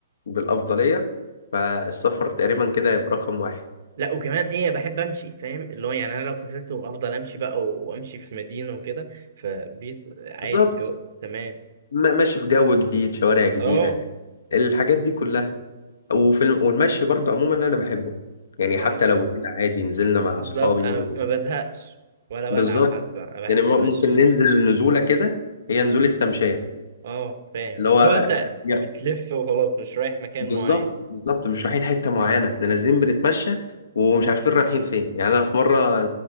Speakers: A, on the left (about 75°); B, on the right (about 60°).
A: بالافضليه فالسفر تقريبا كده هيبقى رقم واحد
B: لا وكمان ايه بحب امشي فاهم اللي هو يعني انا لو سافرت وافضل امشي بقى وامشي في مدينه وكده فبيس عادي
A: بالظبط
B: الجو تمام
A: ما- ماشي في جو جديد شوارع جديده
B: اه
A: الحاجات دي كلها وفي الم... والمشي برضه عموما انا بحبه يعني
B: اه
A: حتى لو هنا عادي نزلنا مع
B: بالظبط
A: اصحابي
B: انا
A: و...
B: ما بزهقش ولا
A: بالظبط
B: بتعب حتى انا بحب
A: يعني م-
B: المشي
A: ممكن ننزل نزوله كده هي نزوله تمشيه
B: اه فاهم
A: اللي هو
B: اللي هو انت
A: يا-
B: بتلف وخلاص مش رايح مكان
A: بالظبط
B: معين
A: بالظبط مش رايحين حته معينه احنا نازلين بنتمشى ومش عارفين رايحين فين يعني انا في مره